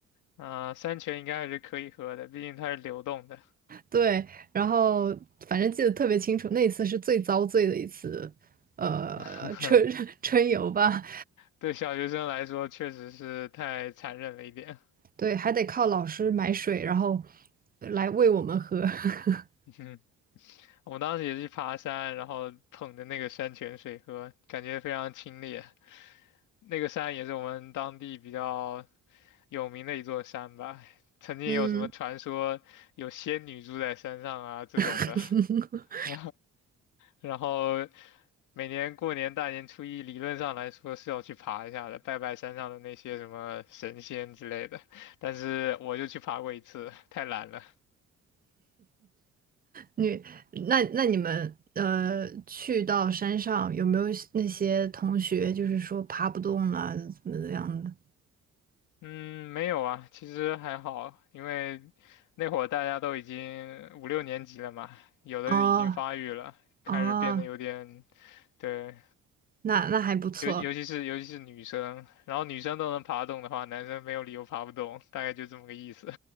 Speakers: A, on the left; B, on the right.
A: 啊、山泉应该还是可以喝的，毕竟它是流动的。
B: 对，然后反正记得特别清楚，那一次是最遭罪的一次，呃，
A: <laughs>
B: 春 <laughs> 春游吧，
A: 对小学生来说，确实是太残忍了一点。
B: 对，还得靠老师买水，然后来喂我们喝。<laughs>
A: <laughs> 嗯我们当时也是爬山，然后捧着那个山泉水喝，感觉非常清冽。那个山也是我们当地比较有名的一座山吧，曾经有什么传说有仙女住在山上啊这种的，
B: 嗯，<laughs>
A: <laughs> 然后每年过年大年初一，理论上来说是要去爬一下的，拜拜山上的那些什么神仙之类的，但是我就去爬过一次，太懒了。
B: 你那那你们呃去到山上有没有那些同学就是说爬不动了怎么怎么样的？
A: 嗯，没有啊，其实还好，因为那会儿大家都已经五六年级了嘛，有的已经发育了，
B: 哦
A: 开始变得有点，
B: 哦，
A: 对，
B: 那那还不错
A: 尤尤其是尤其是女生，然后女生都能爬动的话，男生没有理由爬不动，大概就这么个意思。